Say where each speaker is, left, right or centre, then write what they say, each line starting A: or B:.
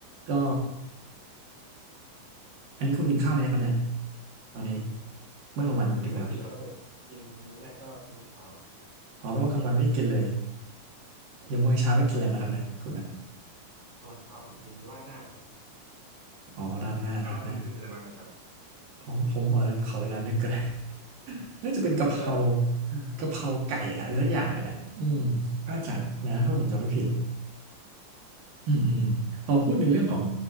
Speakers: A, on the right (about 80°); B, on the right (about 20°).
A: ก็อันนี้คุณกินข้าวไหมยังครับเนี่ยตอนนี้เมื่อกลางวันดีกว่า
B: อืมยังไม่ได้กินเลยครับตั้งแต่กินมื้อแรกก็มื้อเช้า
A: อ๋อแปลว่ากลางวันไม่ได้กินเลย
B: ตอนเช้า
A: ยังมื้อเช้าได้กินอะไรมาครับเนี่ยคุณอ่ะ
B: ตอนเช้าผมกินราดหน้าครับ
A: อ๋อราดหน้าราดหน้า
B: อ่ะแล้วคุณคุณกินอะไรมาตอนเช้า
A: ของผมเหรอขอเวลานึกก่อน <laughs> น่าจะเป็นกะเพรา
B: แต่ไม่ได้เหรอ
A: กะเพราไก่อะไรสักอย่างนี่แหละอืม
B: ครับ
A: น่าจะนะถ้าผมจำไม่ผิดอืมอืมอืมพอพูดในเรื่องของ